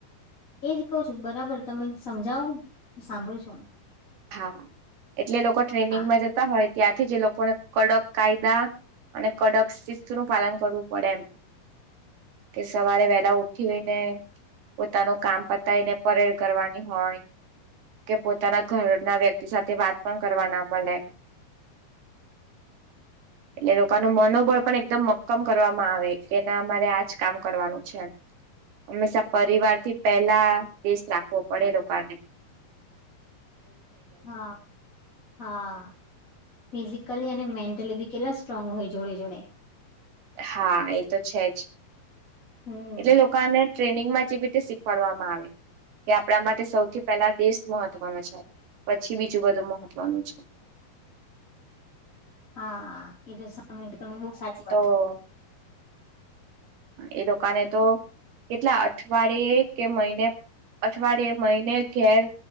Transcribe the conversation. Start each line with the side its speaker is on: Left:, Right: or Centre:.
Left: એજ કઉ છું. બરાબર, તમે સમજાવો સાંભળું છુ.
Right: હા, એટલે એ લોકો ટ્રેનિંગમાં
Left: હા
Right: જતા હોય ત્યાંથી જ એ લોકોને કડક કાયદા અને કડક શિસ્તનું પાલન કરવું પડે એમ. તે સવારે વહેલા ઉઠીને પોતાનું કામ પતાયને પરેડ કરવાની હોય કે પોતાના ઘરના વ્યક્તિ સાથે વાત પણ કરવા ના મલે. એટલે એ લોકાનું મનોબળ પણ એકદમ મક્કમ કરવામાં આવે કે ના મારે આજ કામ કરવાનું છે એમ. હંમેશા પરિવારથી પહેલા દેશ રાખવો પડે એ લોકાને.
Left: હા, હા, ફિઝિ કલી અને મેન્ટલી બી કેટલા સ્ટ્રોંગ હોય જોડે જોડે.
Right: હા, એ તો છે જ.
Left: હમ
Right: એટલે એ લોકાને ટ્રેનિંગમાં જ એવી રીતે શીખવાડવામાં આવે કે આપડા માટે સૌથી પહેલા દેશ મહત્વનો છે. પછી બીજું બધું મહત્વનું છે.
Left: હા એ તો તમે બહુ સાચી વાત
Right: હ.
Left: કીધી
Right: એ લોકો કાને તો કેટલા અઠવાડિયે કે મહિને અઠવાડિયે મહિને ઘેર